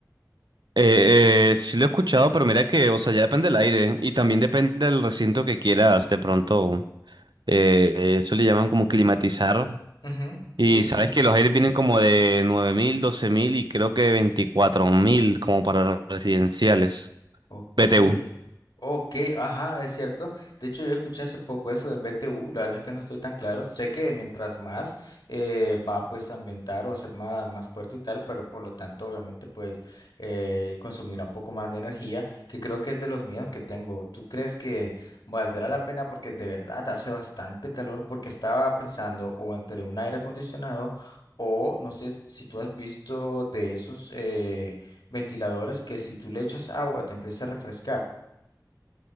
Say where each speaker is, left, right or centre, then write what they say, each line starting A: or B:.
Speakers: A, on the right (about 85°); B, on the left (about 70°).
A: Eh, eh, sí lo he escuchado, pero mira que, o sea, ya depende del aire ¿eh? y también depende del recinto que quieras. De pronto, eh, eso le llaman como climatizar.
B: Ujú,
A: Y
B: Sí,
A: sabes
B: sí.
A: que los aires vienen como de nueve mil doce mil y creo que veinticuatro mil como para residenciales.
B: Ok,
A: BTU.
B: ok, ajá, es cierto. De hecho, yo escuché hace poco eso del BTU, la verdad es que no estoy tan claro. Sé que mientras más eh, va pues a ambientar o a ser más, más fuerte y tal, pero por lo tanto, obviamente, pues eh, consumirá un poco más de energía, que creo que es de los miedos que tengo. ¿Tú crees que valdrá la pena? Porque de verdad hace bastante calor, porque estaba pensando o entre un aire acondicionado o no sé si tú has visto de esos... eh, ventiladores que si tú le echas agua te empieza a refrescar.